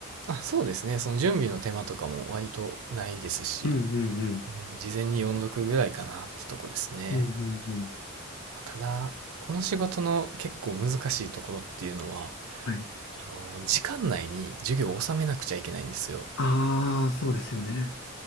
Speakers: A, on the right; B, on the left.
A: あ、そうですね。その準備の手間とかも割とないですし、
B: うんうんうん。
A: うん、事前に読んどくぐらいかなってとこですね。
B: うんうんうん。
A: まあただ、この仕事の結構難しいところっていうのは、
B: はい。
A: あの時間内に授業を収めなくちゃいけないんですよ。
B: ああ、そうですよね。